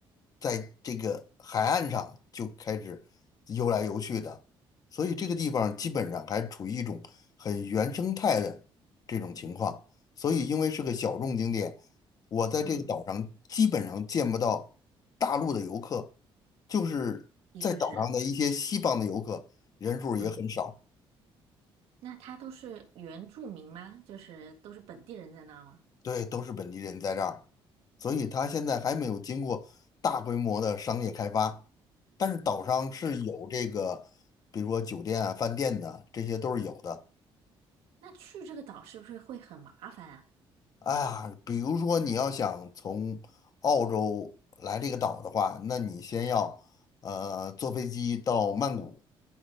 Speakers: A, on the left; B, on the right.
A: 在这个海岸上就开始游来游去的，所以这个地方基本上还处于一种很原生态的这种情况，所以因为是个小众景点，我在这个岛上基本上见不到大陆的游客。
B: 嗯，
A: 就是在岛上的一些西方的游客人数儿也很少，
B: 的确是。嗯，那他都是原住民吗？就是都是本地人在那儿吗？
A: 对，都是本地人在这儿，所以它现在还没有经过大规模的商业开发，但是岛上是有这个，比如说酒店啊、饭店的，这些都是有的。
B: 那去这个岛是不是会很麻烦啊？
A: 哎呀，比如说你要想从澳洲来这个岛的话，那你先要呃坐飞机到曼谷，